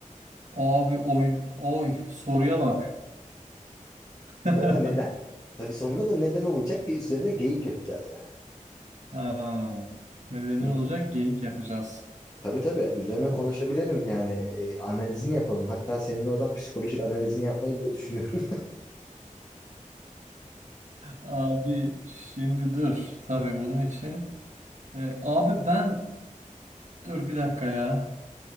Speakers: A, on the right (about 60°); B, on the left (about 30°).
A: Abi oy oy soruya bak. <laughs>
B: Ya da neden? Tabii sonunda da neden olacak ki üzerine geyik yapacağız yani.
A: Ha, nedeni
B: Hı hı.
A: olacak geyik yapacağız.
B: Tabii tabii üzerine
A: <laughs>
B: konuşabilelim yani e, analizini yapalım. Hatta senin oradan psikolojik analizini yapmayı bile düşünüyorum.
A: Abi şimdi dur. Tabii bunun için. E, abi ben dur bir dakika ya.